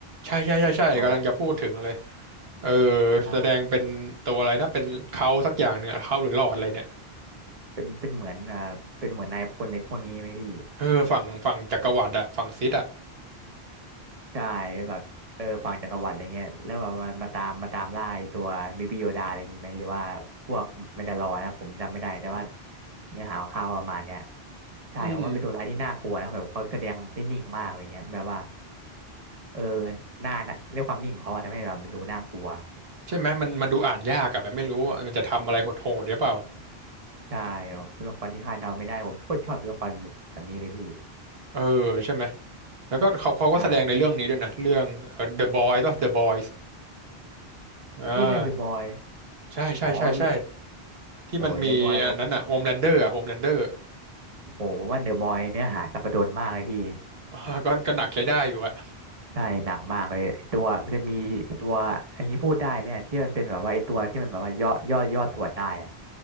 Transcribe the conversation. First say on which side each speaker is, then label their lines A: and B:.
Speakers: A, on the right; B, on the right.
A: ใช่ใช่ใช่ใช่กำลังจะพูดถึงเลย
B: ใช่
A: เออ
B: ใช่
A: แสดงเป็นตัวอะไรนะเป็นเขาสักอย่างหนึ่งอะเขาหรือหลอดอะไรเนี่ย
B: เป็นเป็นเหมือนอ่าเป็นเหมือนนายพลอะไรพวกนี้ไหมพี่
A: เออฝั่งฝั่งจักรวรรดิอะฝั่งซิสอะ
B: ใช่เป็นแบบเออฝั่งจักรวรรดิอะไรเงี้ยแล้วแบบมามาตามมาตามล่าไอ้ตัวบิบิโยดาอะไรอย่างงี้ไหมหรือว่าพวกแมนดาลอนะผมจำไม่ได้แต่ว่าเนื้อหาข่าวๆประมาณเนี้ยใช่ผมว่าเป็นตัวร้ายที่น่ากลัวนะแบบเขาแสดงได้นิ่งมากอะไรเงี้ยแบบว่า
A: อืม
B: เออหน้าหน้าด้วยความนิ่งของเขาอะทำให้แบบมันดูน่ากลัว
A: ใช่ไหมมันมันดูอ่านยากอะแบบไม่รู้ว่ามันจะทำอะไรโหดๆหรือเปล่า
B: ใช่เป็นละครที่คาดเดาไม่ได้ผมโคตรชอบเป็ละครแบบนี้เลยพี่
A: เออใช่ไหมแล้วก็เขาเขาก็แสดงในเรื่องนี้ด้วยนะเรื่องเอ่อ
B: ใช่
A: The Boys ป่ะ The Boys อ่า
B: เฮ้ยเรื่องเดอะบอย
A: ใช่ใช่ใช่ใช่
B: อ๋อเรื่อง
A: ที่มันมีอันนั้นอะ
B: โอ้เดอะบอยผม
A: Homelander อะ Homelander
B: โอ้ผมว่าเดอะบอยเนื้อหาสัปดนมากเลยพี่
A: อ่าก็ก็หนักใช้ได้อยู่อะ
B: ใช่หนักมากเลยไอ้ตัวมันจะมีไอ้ตัวอันนี้พูดได้ไหมอะที่มันเป็นแบบว่าไอ้ตัวที่มันแบบว่าย่อย่อย่อส่วนได้อะ